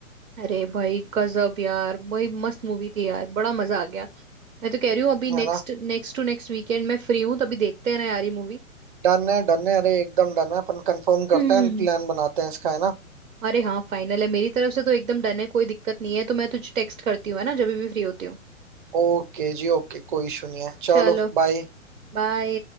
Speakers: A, on the right; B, on the right.
A: अरे भाई गजब यार भाई मस्त मूवी थी यार बड़ा मजा आ गया मैं तो कह रही हूँ अभी
B: है
A: next
B: ना
A: next to next weekend मैं फ्री हूँ तभी देखते हैं ना यार ये मूवी
B: डन है डन है अरे एकदम डन है अपन कंफर्म
A: हम्म
B: करते हैं प्लान बनाते हैं इसका है ना
A: अरे हाँ फाइनल है मेरी तरफ से तो एकदम डन है कोई दिक्कत नहीं है तो मैं तुझे टेक्स्ट करती हूँ है ना जब भी फ्री होती हूँ
B: ओके जी ओके कोई इशू नहीं है चलो
A: चलो
B: बाय
A: बाय